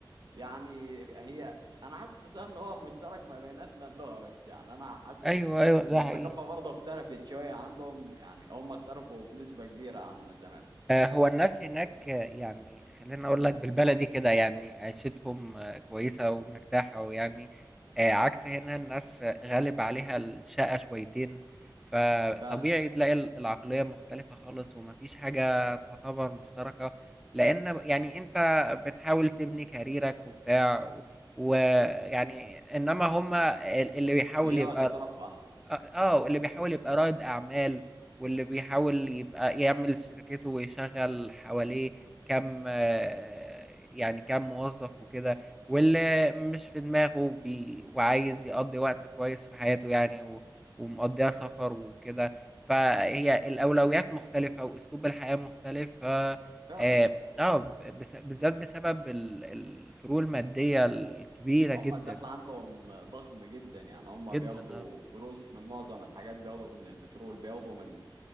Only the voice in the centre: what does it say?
ايوه ايوه ده
حقيقي
آه، هو الناس هناك آه، يعني خلينا اقول لك بالبلدي كده يعني عيشتهم آه، كويسة ومرتاحة ويعني آه، عكس هنا الناس آه، غالب عليها الشقة شويتين فطبيعي
تلاقي ال- العقلية مختلفة خالص ومفيش حاجة تعتبر مشتركة لان يعني انت بتحاول تبني كاريرك وبتاع ويعني انما هما ال- اللي بيحاول
يبقى
اه آه، اللي بيحاول يبقى رائد اعمال واللي بيحاول يبقى يعمل شركته ويشغل حواليه كم آه، يعني كم موظف وكده واللي مش في دماغه بي وعايز يقضي وقت كويس في حياته يعني و- ومقضيها سفر وكده فهي الأولويات مختلفة وأسلوب الحياة مختلف ف اه
آه، بس- بالذات بسبب ال- الفروق المادية الكبيرة جدا
جدا
اه